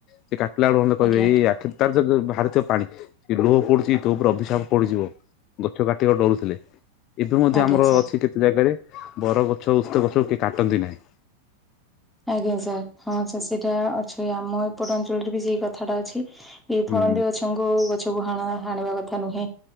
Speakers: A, on the left; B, in the centre.
A: ସେ କା ପିଲା ବେଳୁ ଏ ମାନେ କହିବେ
B: ଆଜ୍ଞା ଆଜ୍ଞା
A: ଏଇ ଆଖିରୁ ତାର ଯୋଉ ବାହାରି ଥିବ ପାଣି ଇଡୋ ପଡୁଚି ତୋ ଉପରେ ଅଭିଶାପ ପଡିଯିବ ଗଛ କାଟିବା ଡରୁଥିଲେ ଏବେ ମଧ୍ୟ
B: ଆଜ୍ଞା
A: ଆମର
B: ସାର୍
A: ଅଛି କେତେ ଜାଗାରେ ବର ଗଛ ଓସ୍ତ ଗଛ ଉ ସେ କାଟନ୍ତି ନାହିଁ ।
B: ଆଜ୍ଞା ସାର୍ ହଁ ସାର୍ ସେଇଟା ଅଛି ଆମ ଏପଟ ଅଞ୍ଚଳରେ ବି ସେଇ କଥାଟା ଅଛି । ଏଇ ଫଳନ୍ଦୀ
A: ହୁଁ
B: ଗଛକୁ ଗଛ ବୁହଣ ହାଣିବା କଥା ନୁହେଁ